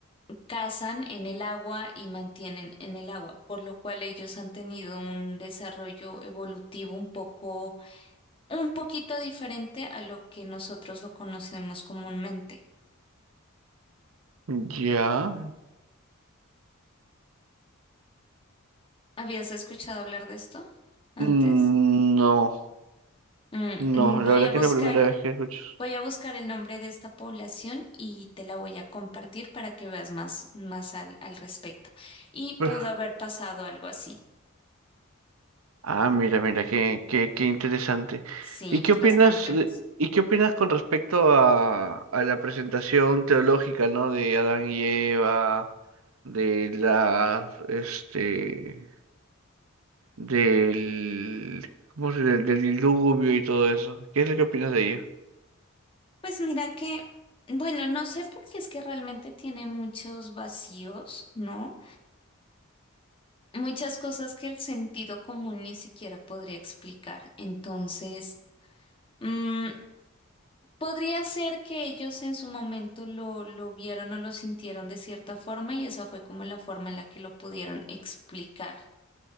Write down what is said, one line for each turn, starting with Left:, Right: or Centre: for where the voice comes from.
Left: cazan en el agua y mantienen en el agua, por lo cual ellos han tenido un desarrollo evolutivo un poco, un poquito diferente a lo que nosotros lo conocemos comúnmente.
Right: ¿Ya?
Left: ¿Habías escuchado hablar de esto antes?
Right: Mm, No,
Left: Mm,
Right: no,
Left: mm,
Right: la
Left: voy
Right: verdad
Left: a buscar,
Right: que es la primera vez que escucho.
Left: voy a buscar el nombre de esta población y te la voy a compartir para que veas más, más al, al respecto. Y
Right: Uf.
Left: pudo haber pasado algo así.
Right: Ah, mira, mira, qué, qué, qué interesante.
Left: Sí,
Right: ¿Y qué opinas,
Left: bastante.
Right: eh, y qué opinas con respecto a, a la presentación teológica, ¿no? De Adán y Eva, de las, este, del, ¿cómo se del, del diluvio y todo eso. ¿Qué es lo que opinas de ello?
Left: Pues mira que, bueno, no sé porque es que realmente tiene muchos vacíos, ¿no? Muchas cosas que el sentido común ni siquiera podría explicar. Entonces, mm, Podría ser que ellos en su momento lo, lo vieron o lo sintieron de cierta forma y esa fue como la forma en la que lo pudieron explicar.